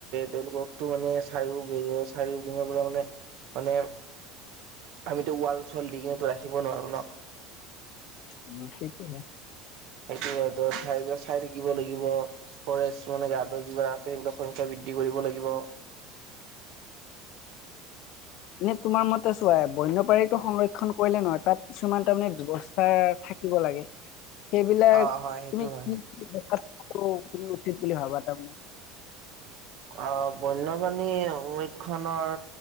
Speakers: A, on the right; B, on the left.
A: তেওঁলোককো মানে চাৰিও বি চাৰিও বিঙ পৰা মানে মানে আমিতো ৱাল চাল দি কিনে ৰাখিব নোৱাৰো ন।
B: উম ঠিক ন।
A: সেইটো ঠাই চাই থাকিব লাগিব ফৰেষ্ট মানে গাৰ্ডৰ যিবিলাক আছে সেইবোৰাক সংখ্যা বৃদ্ধি কৰিব লাগিব।
B: এনে তোমাৰ মতে চোৱা বনপ্ৰনীটো সংৰক্ষণ কৰিলে নহয় তাত কিছুমান তাৰমানে ব্যৱস্থা থাকিব লাগে। সেইবিলাক
A: অ
B: তুমি
A: হয় সেইটো
B: কি
A: হয়।
B: কি তুমি উচিত বুলি ভাবা তাৰ মানে।
A: অ বন্যপ্ৰাণী সংৰক্ষণৰ